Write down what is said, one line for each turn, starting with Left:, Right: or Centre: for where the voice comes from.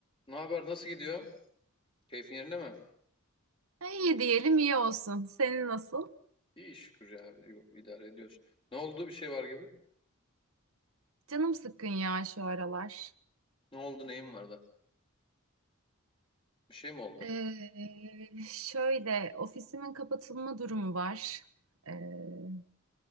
Left: Ne haber? Nasıl gidiyor? Keyfin yerinde mi?
Right: Ha, İyi diyelim iyi olsun. Senin nasıl?
Left: İyi şükür ya. Yo- idare ediyoruz. Ne oldu? Bir şey var gibi.
Right: Canım sıkkın ya şu aralar.
Left: Ne oldu? Neyin var da? Bir şey mi oldu?
Right: Ee, şöyle ofisimin kapatılma durumu var. Ee,